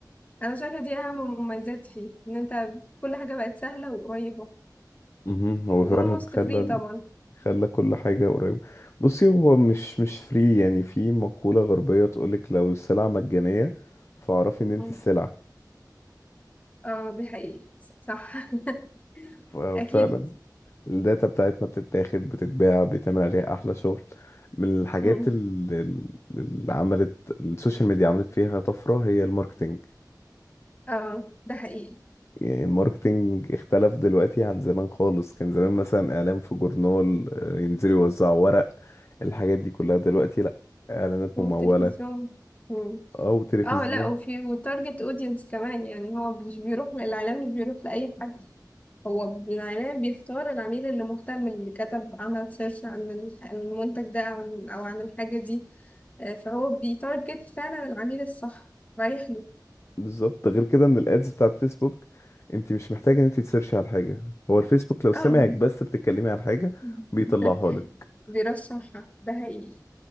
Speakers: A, on the left; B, on the left.
A: انا شايفه دي اهم مميزات فيه ان انت كل حاجه بقت سهله وقريبه
B: مهم. هو
A: واولموست
B: فعلا خلى
A: فري طبعا
B: خلى كل حاجة قريبة بصي هو مش مش فري يعني في مقولة غربية تقولك لو السلعة مجانية فاعرفي ان انت
A: مم.
B: السلعة
A: اه دي حقيقي ص- صح <laughs>
B: ف-
A: اكيد
B: فعلا الداتا بتاعتنا بتتاخد بتتباع بيتعمل عليها احلى شغل من الحاجات
A: مم.
B: ال- ال- اللي عملت السوشيال ميديا عملت فيها طفرة هي الماركتينج
A: اه ده حقيقي
B: يعني الماركتينج اختلف دلوقتي عن زمان خالص كان زمان مثلا اعلان في جورنال آه، ينزلوا يوزعوا ورق الحاجات دي كلها دلوقتي لا اعلانات
A: والتلفزيون
B: ممولة
A: مم.
B: او تلفزيون
A: اه لا وفي وتارجت اودينس كمان يعني هو مش بيروح للاعلام مش بيروح لاي حد هو الاعلام بيختار العميل اللي مهتم اللي كتب عمل سيرش عن الح- عن المنتج ده او عن أو عن الحاجه دي آه، فهو بيتارجت فعلا العميل الصح رايح له
B: بالظبط غير كده ان الادز بتاعت فيسبوك انت مش محتاجه ان انت تسيرشي على حاجه هو الفيسبوك لو سمعك
A: اه
B: بس بتتكلمي على حاجه
A: <laughs>
B: بيطلعها لك
A: بيرشحها ده حقيقي